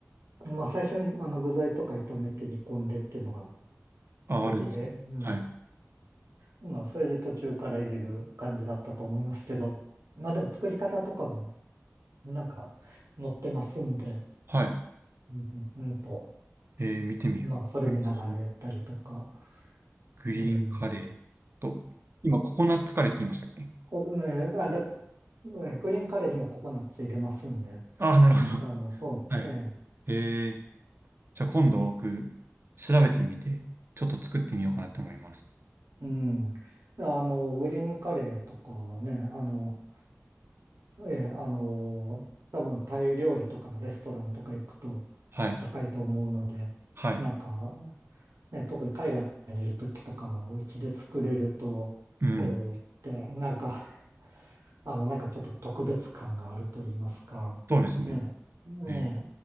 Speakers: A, on the right; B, on the right.
A: まあ、最初にあの具材とか炒めて煮込んでっていうのが
B: あ、
A: 先で、
B: あるんですね。
A: うん。
B: はい。
A: まあ、それで途中から入れる感じだったと思いますけど、まあ、でも作り方とかも、なんか、載ってますんで、
B: はい。
A: うん、うんうんと、
B: えー見てみよう。
A: まあ、それ見ながらやったりとか、
B: グリーン、グリーンカレーと、
A: うん。
B: 今、ココナッツカレーって言いましたっけ
A: ここね、あ、だ、ねグリーンカレーにもココナッツ入れますんで、
B: ああ、なるほど。
A: あの、そう、
B: はい。
A: ね、
B: えー、じゃあ今度僕、調べてみて、ちょっと作ってみようかなと思います。
A: うん。であの、グリーンカレーとかね、あの、ええ、あの、多分タイ料理とかのレストランとか行くとこう高いと思うので、
B: はい。はい。
A: なんか、ね、特に海外にいる時とかはお家で作れると、
B: うん。
A: おーって、なんか、あの、なんかちょっと特別感があると言いますか、
B: そうですね。
A: ね、ね
B: えー